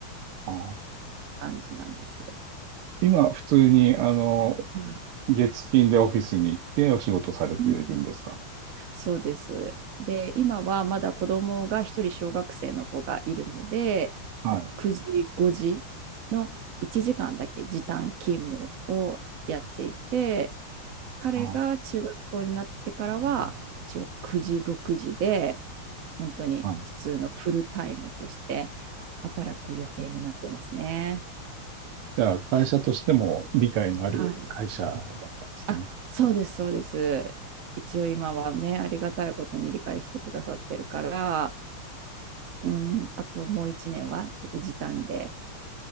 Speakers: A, on the right; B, on the right.
A: あー
B: 感じなんですよ。
A: 今、普通に、あの、
B: はい
A: 月金でオフィスに行ってお仕事されているんですか
B: うんそうです。で、今はまだ子供が一人小学生の子がいるので、
A: はい。
B: と9時、5時の1時間だけ時短勤務をやっていて、彼が中学校になってからは、
A: あ
B: 一応9時、6時で、本当に普通のフルタイムとして働く予定になってますね。
A: はい。じゃあ、会社としても理解のある会社だったんですね。
B: はい。あ、そうです、そうです。一応今はね、ありがたいことに理解してくださってるから、うん、あともう一年はちょっと時短で